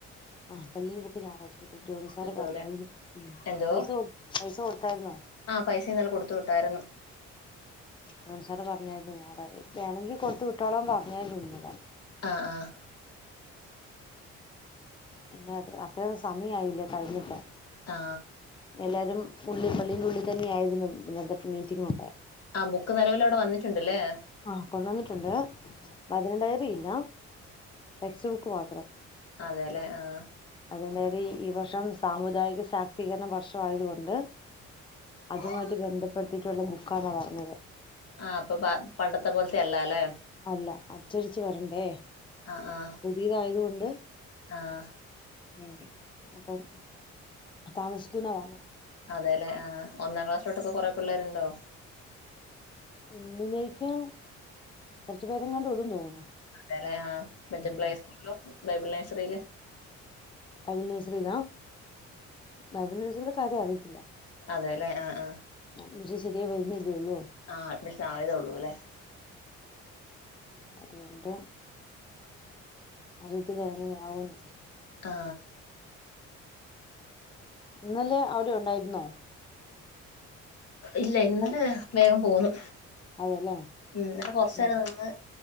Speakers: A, on the left; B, on the left.
A: ആഹ് പള്ളി ബുക്ക് ഞായറാഴ്ച്ചിട്ടും ജോണിസാറ്
B: കിട്ടൂല
A: പറഞ്ഞാരുന്നു
B: എന്തോ
A: പൈസ പൈസ കൊടുത്താരുന്നോ
B: ആ പൈസ ഇന്നലെ കൊടുത്തു വിട്ടായിരുന്നു
A: ജോണിസാറ് പറ പറഞ്ഞാരുന്നു ഞാ വേണെങ്കി കൊടുത്തു വിട്ടോളാ പറഞ്ഞാരുന്നു ന്നലെ
B: ആഹ് ആഹ്
A: പിന്നെ അത്രെ സമയായില്ലേ കഴിഞ്ഞിട്ടെ
B: ആ
A: എല്ലാരും പുള്ളി പള്ളിൻ്റെുള്ളിൽ തന്നാരുന്നു ഇന്നലത്തെ മീറ്റിങ്ങൊക്കെ
B: ആഹ് ബുക്ക് നിലവിലടെ വന്നി ടുണ്ടല്ലേ
A: ആഹ് കൊണ്ടുവന്നിട്ടുണ്ട് വചനഡയറി ഇല്ല ടെക്സ്റ്റ് ബുക്ക് കുമാത്രം
B: അതെ ല്ലെ ആഹ്
A: അതായത് ഇ ഈ വർഷം സാമുദായിക ശാക്തീകരണ വർഷം വായതുകൊണ്ട്
B: ആ
A: അതുമായിട്ട് ബന്ധപ്പെടുത്തിട്ടുള്ള ക്കാന്ന പറഞ്ഞത്
B: ആ അപ്പൊ പ പണ്ടത്തെ പോലത്തെ അല്ല ല്ലേ
A: അല്ല അച്ചടിച്ച് വരണ്ടേ
B: ആഹ് ആഹ്
A: പുതിയതായത് കൊണ്ട്
B: ആഹ്
A: ഉം അപ്പം താമസിക്കൂന്ന പറഞ്ഞ
B: അതേല്ലെ ഒന്നാം ക്ലാസ്സിലോട്ടൊക്കെ കൊറെ പിള്ളേരുണ്ടോ
A: ഒന്നിലേക്ക് കൊറച്ചു പേരെങ്ങാണ്ടൊള്ളുന്ന് തോന്നുന്നു
B: അതേല്ലെ ആ മറ്റെ പ്ലേസ്കൂളിലൊ
A: ഉം
B: ബൈബിൾ നഴ്സറീല്
A: ബൈബിൾ നഴ്സറിലാ ബൈബിൾ നഴ്സറിലെ കാര്യം അറിയത്തില്ല
B: അതേല്ലെ ആഹ് ആഹ്
A: മീശെ ശരിയായിവരുന്നി യൊള്ളു
B: ആഹ് അഡ്മിഷൻ ആയതേ ഉള്ളൂ അല്ലെ
A: അറിയത്തില്ല അതെങ്ങനെ ആവുന്ന്
B: ആ
A: ഇന്നലെ അവിടെ ഉണ്ടായിരുന്നോ
B: ഇല്ല ഇന്നലെ
A: ഇപ്പം
B: വേഗം പോുന്നു
A: അതെല്ലേ
B: ഉം അ കൊറച്ച
A: ഉം
B: നേേരം നിന്ന്